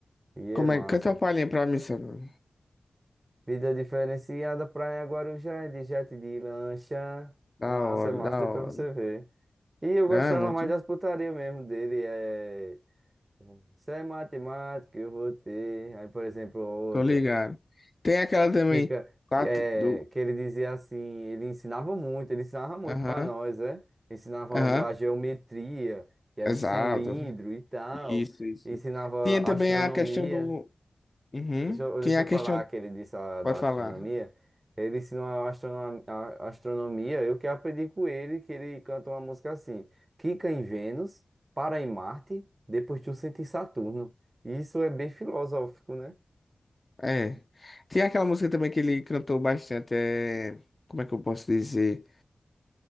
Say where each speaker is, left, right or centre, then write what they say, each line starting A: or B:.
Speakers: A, on the right; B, on the left.
A: e é
B: Como
A: massa.
B: é? Canta uma palhinha pra mim, Sandro.
A: Vida Diferenciada, Praia Guarujá, é de jet de lancha,
B: Da
A: massa,
B: hora,
A: é massa,
B: da
A: depois
B: hora.
A: você vê. E eu gostava
B: Não, é muito.
A: mais das putarias mesmo dele, é... Isso é matemática, eu vou ter. Aí, por exemplo, outra.
B: Tô ligado. Tem aquela também,
A: que, ca-
B: quatro
A: que, é,
B: do.
A: que ele dizia assim, ele ensinava muito, ele ensinava muito
B: Aham,
A: para nós, né? Ensinava
B: aham,
A: o- a geometria, que era
B: exato.
A: um cilindro e tal,
B: Isso, isso.
A: ensinava
B: Tinha
A: astronomia.
B: também a questão do. Uhum.
A: Deixa eu,
B: Tinha
A: deixa
B: a
A: eu
B: questão.
A: falar que ele disse a- da
B: Pode
A: astronomia.
B: falar.
A: Ele ensinou a, astrono- a astronomia, eu que aprendi com ele, que ele canta uma música assim, Quica em Vênus, para em Marte, depois tu sente em Saturno. Isso é bem filosófico, né?
B: É. Tinha aquela música também que ele cantou bastante. É... Como é que eu posso dizer?